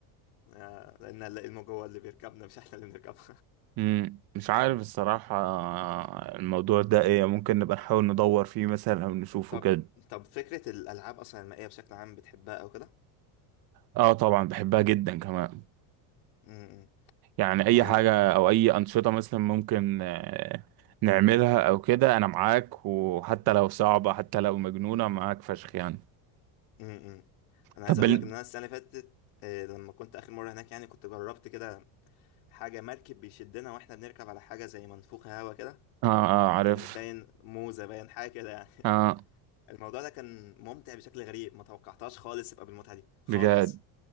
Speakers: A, on the left; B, on the right.
A: <laughs> آه لان الموج هو اللي بيركبنا مش احنا اللي بنركبه
B: امم مش عارف الصراحة الموضوع ده ايه ممكن نبقى نحاول ندور فيه مثلا او نشوفه
A: طب
B: كده
A: طب فكرة الألعاب أصلا المائية بشكل عام بتحبها أو كده؟
B: اه طبعا بحبها جدا كمان
A: امم
B: يعني اي
A: آه
B: حاجة او اي انشطة مثلا ممكن آه، نعملها او كده انا معاك وحتى لو صعبة حتى لو مجنونة معاك فشخ يعني
A: امم أنا
B: طب
A: عايز أقول
B: بال...
A: لك إن أنا السنة اللي فاتت آه لما كنت آخر مرة هناك يعني كنت جربت كده حاجة مركب بيشدنا وإحنا بنركب على حاجة زي منفوخة هوا كده
B: اه اه عارف
A: باين موزة باين حاجة كده يعني
B: اه
A: <laughs> الموضوع ده كان ممتع بشكل غريب ما توقعتهاش خالص يبقى بالمتعة دي خالص
B: بجد